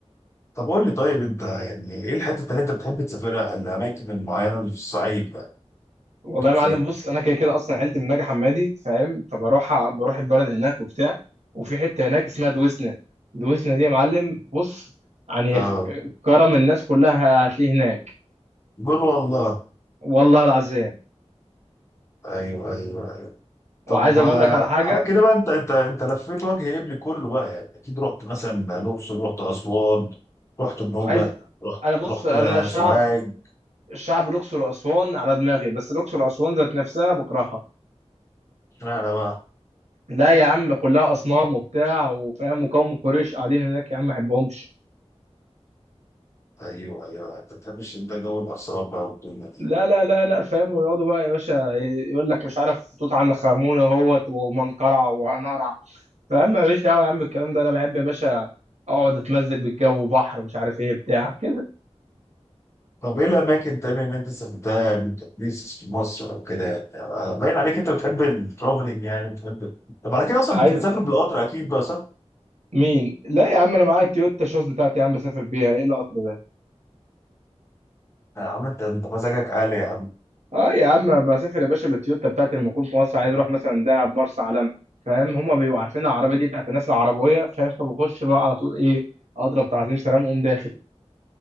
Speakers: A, on the left; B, on the right.
A: طب قول لي طيب انت يعني ايه الحته اللي انت بتحب تسافرها الاماكن المعينه اللي في الصعيد بقى
B: والله
A: طب
B: يا معلم
A: فين
B: بص انا كده كده اصلا عيلتي من نجع حمادي فاهم فبروح بروح البلد هناك وبتاع وفي حته هناك اسمها دويسنا دويسنا دي يا معلم بص يعني
A: آه،
B: خ- كرم الناس كلها هتلاقيه هناك
A: قول والله
B: والله العظيم
A: ايوه ايوه
B: وعايز
A: طب آه،
B: اقول لك على حاجه
A: على كده بقى انت انت انت لفيت وجه قبلي كله بقى يعني اكيد رحت مثلا الاقصر رحت اسوان رحت النوبه
B: وعايز
A: رحت
B: انا بص
A: رحت
B: انا شعب
A: سوهاج
B: الشعب الأقصر وأسوان على دماغي بس الأقصر وأسوان ذات نفسها بكرهها
A: اشمعنى بقى
B: لا يا عم كلها أصنام وبتاع وفاهم وقوم قريش قاعدين هناك يا عم ما بحبهمش
A: ايوه ايوه انت بتحبش انت جو الاثار بقى والدنيا دي
B: لا لا لا لا فاهم ويقعدوا بقى يا باشا يقول لك مش عارف توت عنخ آمون اهوت ومنقرع ونقرع فاهم ماليش دعوة يا عم بالكلام ده أنا بحب يا باشا أقعد أتمزج بالجو بحر مش عارف إيه بتاع كده
A: طب ايه الاماكن تاني اللي انت سافرتها يعني كبليسز في مصر او كده يعني يعني باين عليك انت بتحب الترافلنج يعني بتحب طب على كده اصلا
B: عايز
A: انت بتسافر بالقطر اكيد بقى صح؟
B: مين لا يا عم أنا معايا التويوتا شوز بتاعتي يا عم بسافر بيها إيه القطر ده
A: يا عم انت انت مزاجك عالي يا عم
B: اه يا عم بسافر يا باشا بالتويوتا بتاعتي لما اكون في مصر عايز اروح مثلا دهب مرسى علم فاهم هما بيبقوا عارفين العربيه دي بتاعت الناس العربويه فاهم فبخش بقى على طول ايه اضرب تعظيم سلام واقوم داخل